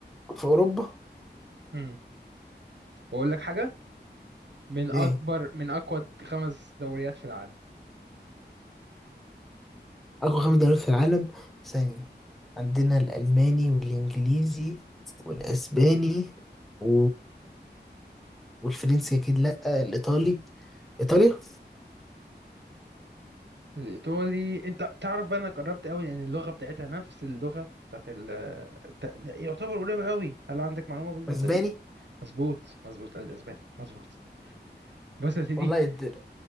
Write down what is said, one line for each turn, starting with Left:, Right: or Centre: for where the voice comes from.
Centre: في اوروبا
Right: امم وأقول لك حاجة من أكبر
Centre: ايه
Right: من أقوى خمس دوريات في العالم
Centre: اقوى خمس دول في العالم ثانيه عندنا الالماني والانجليزي والاسباني و... والفرنسي اكيد لا الايطالي ايطاليا
Right: الإيطالي أنت تعرف بقى أنا قربت قوي لأن اللغة بتاعتها نفس اللغة بتاعت ال بتاع... يعتبر قريبة قوي هل عندك معلومة بالنقطة
Centre: اسباني
Right: دي؟ مظبوط مظبوط الأسباني مظبوط بس يا سيدي
Centre: والله يدل.